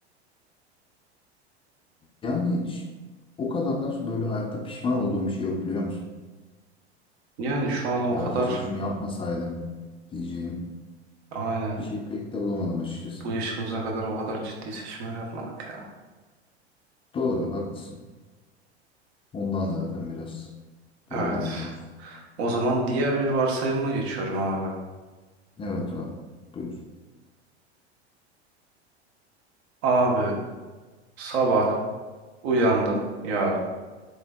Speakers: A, on the left (about 15°); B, on the right (about 70°).
A: yani ş- o kadar böyle hayatta pişman olduğum bir şey yok biliyor musun?
B: Yani şu an o
A: Ya
B: kadar
A: keşke şunu yapmasaydım diyeceğim.
B: aynen
A: Bir şey pek de bulamadım açıkçası.
B: bu yaşımıza kadar o kadar ciddi seçimler yapmadık ya.
A: Doğru haklısın. Ondan zaten biraz
B: Evet.
A: böyle demiyoruz.
B: O zaman diğer bir varsayıma geçiyorum abi.
A: Evet abi buyur.
B: Abi sabah uyandın yarın.